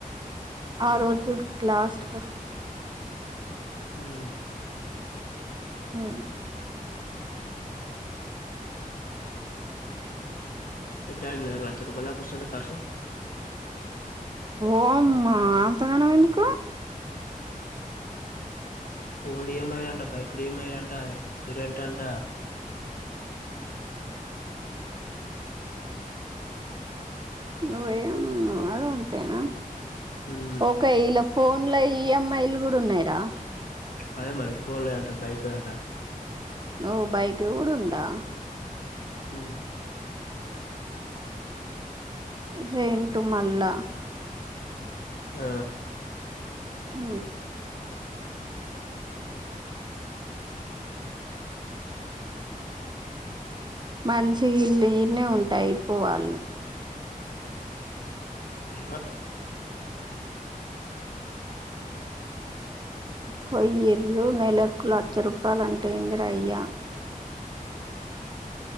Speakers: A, on the right; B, on the left.
A: ఆ రోజు లాస్ట్ గా
B: హ్మ్
A: హ
B: బడ్డతారు లక్ష రూపాయల దాకా వస్తది అంట కార్సు
A: ఓమ్మా తానం ఎందుకు
B: ఓన్లు ఏమయ్యాలంట బైక్లు ఏమయాలంట ఇంటి రెంట్ టంట
A: ను వయం అ అంతేనా
B: మ్మ్
A: ఓకె ఇలా ఫోన్ లో ఈఎంఐలు కూడా ఉన్నాయిరా
B: అదే మరి ఫోన్ ఏంట బైక్ దంట
A: ఓ బైకి గూడ ఉడుందా
B: అ
A: రెంట మళ్ళా
B: ఆ
A: ఊ మంచి ఇల్లు ఇడనే ఉంటె అయిపో వాళ్ళు
B: అయ పో
A: పొయ్యల్లుు నెలకు లక్ష రూపాయలు అంటే ఇందిరా అయ్యా